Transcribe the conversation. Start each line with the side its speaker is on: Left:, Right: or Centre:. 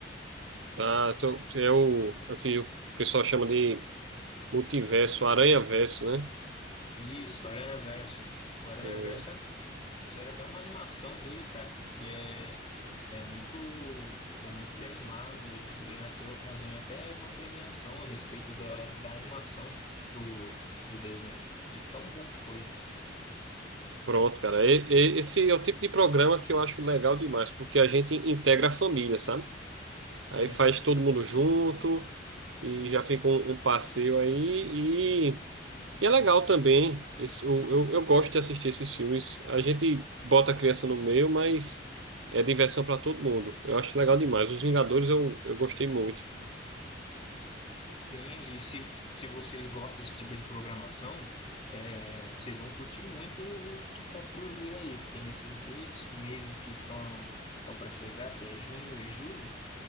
Right: Ah, então é o, é o que o pessoal chama de multiverso, aranha-verso, né?
Left: Isso, Aranhaverso. O Aranhaverso
Right: É,
Left: é- fizeram até uma animação dele, cara, que é, é muito, ficou muito bem animado, ganhou, até- ganhou até uma premiação a respeito da, da animação do, do desenho, de tão bom que foi.
Right: pronto, cara. E- e- esse é o tipo de programa que eu acho legal demais, porque a gente integra a família, sabe?
Left: Sim,
Right: Aí faz
Left: com
Right: todo mundo junto e já fica um, um passeio aí
Left: certeza.
Right: E é legal também, esse, o- eu, eu gosto de assistir esses filmes. A gente bota a criança no meio, mas é diversão para todo mundo. Eu acho legal demais. Os Vingadores eu, eu gostei muito.
Left: Sim, e se, se vocês gostam desse tipo de programação, é, vocês vão curtir muito o que está por vir aí, porque nesses dois meses que estão estão para chegar, que é junho e julho,